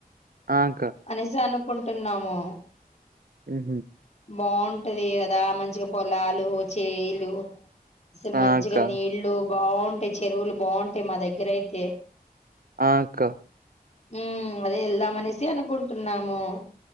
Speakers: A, on the right (about 65°); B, on the left (about 45°).
A: ఆ అక్క
B: అనేసాను కుంటున్నాము
A: ఉహూ
B: బాగుంటది గదా మంచిగ పొలాలు చేలు. సెమ్మంచిగ
A: ఆ అక్క
B: నీళ్లు. బాగుంటాయ్ చెరువులు బాం టె మ దగ్గరైతె.
A: ఆ అక్క
B: ఉమ్ అదే యెళ్దామనేసి అనుకుంటున్నాము.